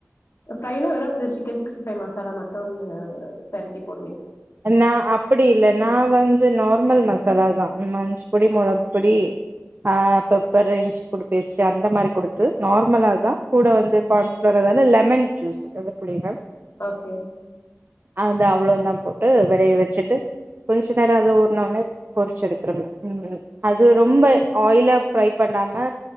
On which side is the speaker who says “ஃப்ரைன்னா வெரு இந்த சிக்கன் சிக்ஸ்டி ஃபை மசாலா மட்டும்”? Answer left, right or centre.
Left